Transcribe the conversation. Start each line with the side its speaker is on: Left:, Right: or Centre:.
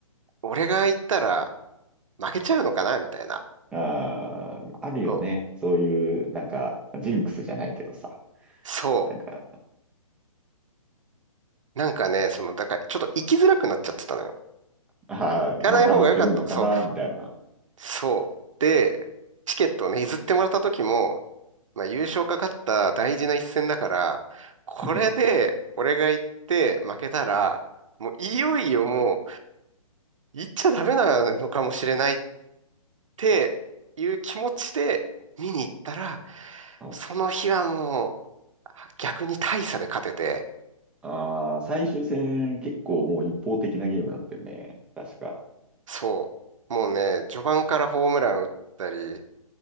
Right: 俺が行ったら負けちゃうのかなみたいな。
Centre: あーあるよね。
Right: そう。
Centre: そういう、なんか、ジンクスじゃないけどさ。
Right: そ
Centre: なんか、
Right: う。なんかね、その、だから、ちょっと行きづらくなっちゃってたのよ。
Centre: あーまた負けるのかな、
Right: 行かない方が良かった。そう。
Centre: みたいな。
Right: そう。で、チケットをね、譲ってもらった時も、まあ、優勝かかった大事な一戦だから、これで、
Centre: <laughs>
Right: 俺が行って負けたら、もういよいよもう、行っちゃダメなのかもしれないっっていう気持ちで見に行ったら、
Centre: お
Right: その日はもう逆に大差で勝てて、
Centre: あー最終戦、結構もう一方的なゲームだったよね。確か。
Right: そう。もうね、序盤からホームラン打ったり、